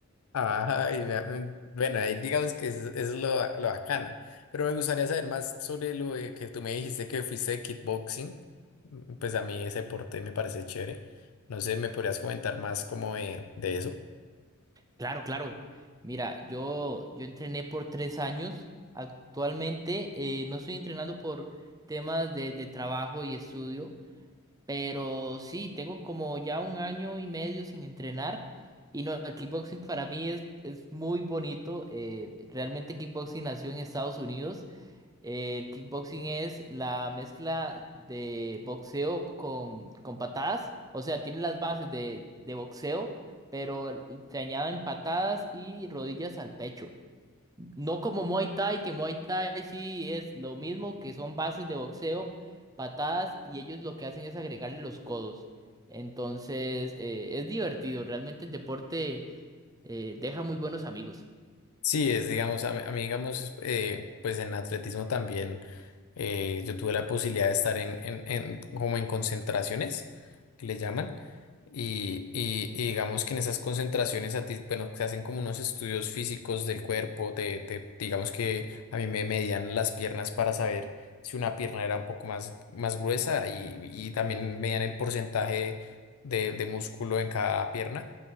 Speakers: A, on the left (about 80°); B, on the right (about 15°).
A: Ay, vea, mm, bueno, ahí digamos que es, es lo, ba- lo bacano. Pero me gustaría saber más sobre lo de que tú me dijiste que fuiste de kickboxing. Mm, Pues a mí ese deporte me parece chévere. No sé, ¿me podrías comentar más como de, de eso?
B: Claro, claro. Mira, yo, yo entrené por tres años. Actualmente eh, no estoy entrenando por temas de, de trabajo y estudio, pero sí, tengo como ya un año y medio sin entrenar. Y no, el kickboxing para mí es, es muy bonito. eh, realmente kickboxing nació en Estados Unidos. El kickboxing es la mezcla de boxeo con, con patadas. O sea, tiene las bases de, de boxeo, pero se añaden patadas y rodillas al pecho. No como Muay Thai, que Muay Thai sí es lo mismo, que son bases de boxeo, patadas, y ellos lo que hacen es agregarle los codos. Entonces, eh, es divertido. Realmente el deporte eh, deja muy buenos amigos.
A: Sí, es, digamos, a mí, a mí, digamos, eh, pues en atletismo también eh, yo tuve la posibilidad de estar en, en, en- como en concentraciones, que le llaman, y, y, y digamos que en esas concentraciones a ti, bueno, se hacen como unos estudios físicos del cuerpo, te, te- digamos que a mí me medían las piernas para saber si una pierna era un poco más, más gruesa y, y también medían el porcentaje de, de músculo en cada pierna